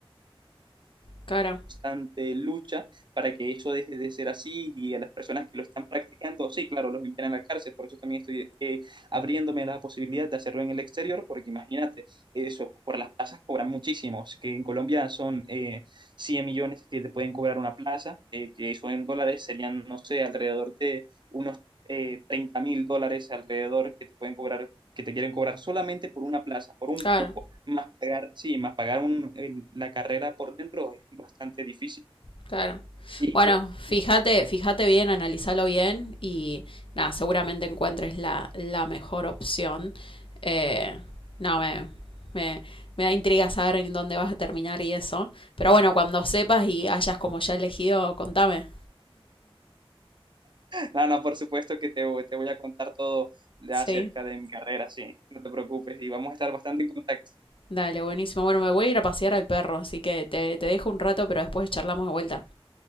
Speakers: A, on the left; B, on the right.
A: Claro,
B: constante lucha para que eso deje de ser así y a las personas que lo están practicando, sí, claro, los envían a la cárcel, por eso también estoy eh, abriéndome la posibilidad de hacerlo en el exterior, porque imagínate, eso, por las plazas cobran muchísimos, que en Colombia son eh, 100 millones que te pueden cobrar una plaza, eh, que eso en dólares serían, no sé, alrededor de unos eh, 30 mil dólares alrededor que te pueden cobrar que te quieren cobrar solamente por una plaza, por un
A: claro,
B: cupo, más pagar, sí, más pagar un- el- la carrera por dentro es bastante difícil.
A: claro.
B: Y
A: Bueno,
B: pues,
A: fíjate,
B: <laughs>
A: fíjate bien, analizalo bien y nada, seguramente encuentres la, la mejor opción. Eh, no, me, me, me da intriga saber en dónde vas a terminar y eso. Pero bueno, cuando sepas y hayas como ya elegido, contame.
B: no, no, por supuesto que te, voy- te voy a contar todo
A: Sí.
B: acerca de mi carrera, sí, no te preocupes y vamos a estar bastante en contacto.
A: Dale, buenísimo. Bueno, me voy a ir a pasear al perro, así que te, te dejo un rato, pero después charlamos de vuelta.